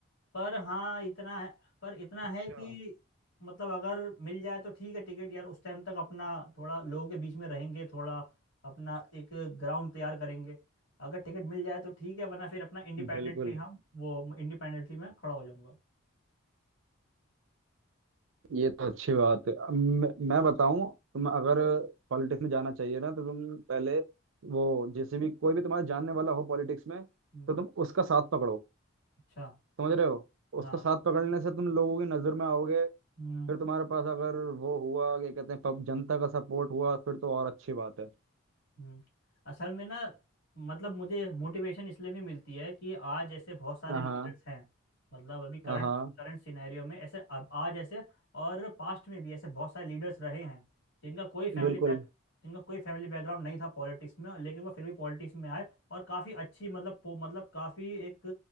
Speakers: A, on the left; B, on the right.
A: पर हाँ इतना है पर इतना
B: अच्छा
A: है कि मतलब अगर मिल जाए तो ठीक है टिकट यार उस टाइम तक अपना थोड़ा लोगों के बीच में रहेंगे थोड़ा अपना एक ग्राउंड तैयार करेंगे अगर टिकट मिल जाए तो ठीक है वरना फिर अपना इंडिपेंडेंटली
B: बिल्कुल
A: हम वो इंडिपेंडेंटली मैं खड़ा हो जाऊंगा
B: ये तो अच्छी बात है अब मैं मैं बताऊं तुम
A: हम्म
B: अगर पॉलिटिक्स में जाना चाहिए ना तो तुम पहले वो जैसे भी कोई भी तुम्हारे जानने वाला हो पॉलिटिक्स में तो
A: हम्म।
B: तुम उसका साथ पकड़ो
A: अच्छा
B: समझ रहे हो
A: हाँ
B: उसका साथ पकड़ने से तुम लोगों की नजर में आओगे
A: हम्म
B: फिर तुम्हारे पास अगर वो हुआ क्या कहते हैं पब- जनता का सपोर्ट हुआ फिर तो और अच्छी बात है
A: हम्म, असल में ना मतलब मुझे मोटिवेशन इसलिए भी मिलती है कि आज ऐसे बहुत सारे
B: हाँ
A: लीडर्स हैं मतलब अभी करंट
B: हाँ हाँ
A: करंट सिनेरियो में ऐसे अब आज ऐसे और पास्ट में भी ऐसे बहुत सारे लीडर्स रहे हैं जिनका कोई फैमिली
B: बिल्कुल
A: बैक जिनका कोई फैमिली बैकग्राउंड नहीं था पॉलिटिक्स में लेकिन वो फिर भी पॉलिटिक्स में आए और काफ़ी अच्छी मतलब पो- मतलब काफ़ी एक